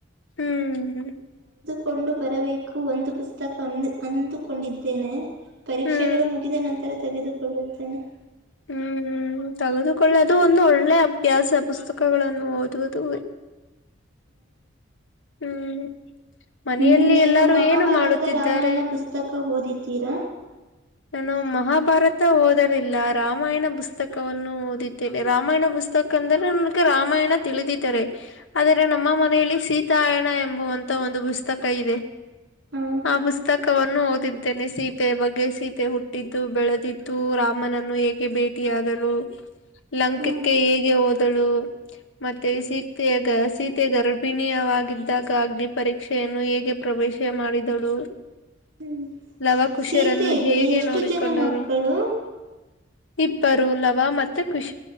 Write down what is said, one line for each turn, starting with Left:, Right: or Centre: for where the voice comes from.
Left: ಹ್ಮ್
Right: ಕೊಂಡು ಬರಬೇಕು ಒಂದು ಪುಸ್ತಕ ಅ ಅಂದುಕೊಂಡಿದ್ದೇನೆ ಪರೀಕ್ಷೆಗಳು
Left: ಹ್ಮ್
Right: ಮುಗಿದ ನಂತರ ತೆಗೆದುಕೊಳ್ಳುತ್ತೇನೆ
Left: ಹ್ಮ್ ಹ್ಮ್ ತೆಗೆದುಕೊಳ್ಳೆ ಅದು ಒಂದು ಒಳ್ಳೆ ಅಭ್ಯಾಸ ಪುಸ್ತಕಗಳನ್ನು ಓದುವುದು ಹ್ಮ್ ಮನೆಯಲ್ಲಿ
Right: ಹ್ಮ್ ನೀವು
Left: ಎಲ್ಲರೂ
Right: ಮಹಾಭಾರತ
Left: ಏನು ಮಾಡುತ್ತಿದ್ದಾರೆ
Right: ರಾಮಾಯಣ ಪುಸ್ತಕ ಓದಿದ ತರ
Left: ನಾನು ಮಹಾಭಾರತ ಓದಲಿಲ್ಲ ರಾಮಾಯಣ ಪುಸ್ತಕವನ್ನು ಓದಿದ್ದೇನೆ ರಾಮಾಯಣ ಪುಸ್ತಕ ಯಾಕಂದ್ರೆ ನನ್ಗೆ ರಾಮಾಯಣ ತಿಳಿದಿದ್ದಾರೆ ಆದರೆ ನಮ್ಮ ಮನೆಯಲ್ಲಿ ಸೀತಾಯಣ ಎಂಬುವಂತ ಒ ಂದು ಪುಸ್ತಕ ಇದೆ
Right: ಹ
Left: ಆ ಪುಸ್ತಕವನ್ನು ಓದಿದ್ದೇನೆ ಸೀತೆ ಬಗ್ಗೆ ಸೀತೆ ಮತ್ತೆ ಹುಟ್ಟಿದ್ದು ಬೆಳೆದಿದ್ದು ರಾಮನನ್ನು ಹೇಗೆ ಭೇಟಿಯಾದಳು ಲಂಕಕ್ಕೆ
Right: ಹ
Left: ಹೇಗೆ ಹೋದಳು ಮತ್ತೆ ಸೀತೆೆಯ ಸೀತೆ ಗರ್ಭಿಣಿಯ ಆಗಿದ್ದಾಗ ಅಗ್ನಿ ಪರೀಕ್ಷೆಯನ್ನು ಹೇಗೆ ಪ್ರವೇಶ ಮಾಡಿದಳು
Right: ಹ್ಮ
Left: ಲವಕುಶರನ್ನು
Right: ಸೀತೆಗೆ
Left: ಹೇಗೆ
Right: ಎಷ್ಟು
Left: ನೋಡಿಕೊಂಡರು
Right: ಜನ ಮಕ್ಕಳು
Left: ಇಬ್ಬರು ಲವ ಮತ್ತುತ್ತೆ ಕುಖಶ